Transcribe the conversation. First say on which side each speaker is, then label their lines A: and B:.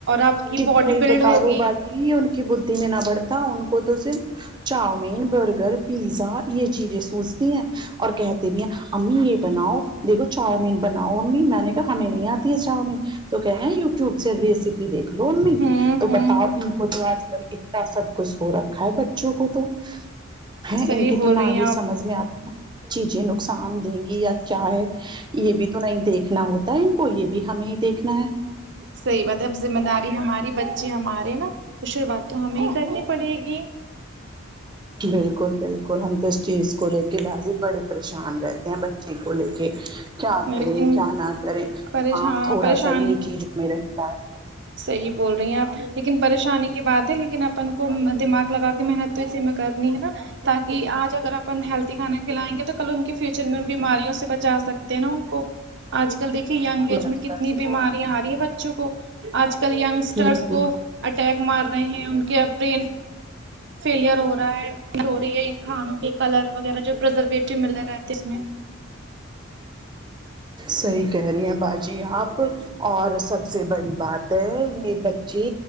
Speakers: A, on the right; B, on the right.
A: آپ کی
B: ک
A: باڈی
B: طای
A: بلڈ
B: بطالو
A: ہوگی
B: بھاکی ہی ان کی بدی میں نہ بڑھتا ان کو تو صرف چاؤمین برگر پیزا یہ چیزیں سوز تھی ہیں اور کہتے بھی ہیں امی یہ بناؤ دیکھو چاؤمین بناؤ امی میں نے کہا ہمیں نہیں آتی ہے چاؤمین تو کہ ہیں یوٹیوب سے ریسیپی دیکھ لو امی
A: ہوں
B: تو
A: ہوں
B: بتاؤ ان کو تو آج کل اتنا سب کچھ ہو رکھا ہے بچوں کو تو ہے
A: صحیح
B: ان کے
A: بول
B: تو نہ
A: رہی ہیں
B: یہ
A: آپ
B: سمجھ میں چیزیں نقصان دیں گی یا کیا ہے یہ بھی تو نہیں دیکھنا ہوتا ہے ان کو یہ بھی ہمیں دیکھنا ہے
A: صحی بات ہے اب ذمہ داری ہماری بچے ہمارے نا تو شروعات تو ہمیں ہی کرنی پڑے گی
B: بالکل بالکل ہم تو اس چیز کو لے کے باجی بڑے پریشان رہتے ہیں بچے کو لے کے کیا کرے
A: لیکن
B: کیا نہ کرے
A: پریشان
B: ہاں تھوڑا
A: پریشانی
B: سا انہیں چیزوں میں رہتا ہے
A: صحیح بول رہی ہیں آپ لیکن پریشانی کی بات ہے لیکن اپن کو دماغ لگا کے محنت توے میں کرنی ہےا <unintelligible> تاکہ آج اگر اپن ہیلدی کھانا کھلائیں گے تو کل ان کے فیوچر میں ان بیماریوں سے بچا سکتے ہیں نا ان کو آج کل دیکھیے یگ
B: بس
A: ایج میں کتنی
B: بس
A: بیماریاں آ رہی ہیں بچوں کو آج کل یگسٹرس
B: یہ بھی۔
A: کو اٹیک مار رہے ہیں ان کے برین فیلئر ہو رہا ہے ہو رہی ہے ان کھانوں کے کلر وغیرہ جو پرزرویٹو مل رہے رہتے اس میں
B: صحیح کہہ رہی ہیں باجی آپ اور سب سے بڑی بات ہے یہ بچے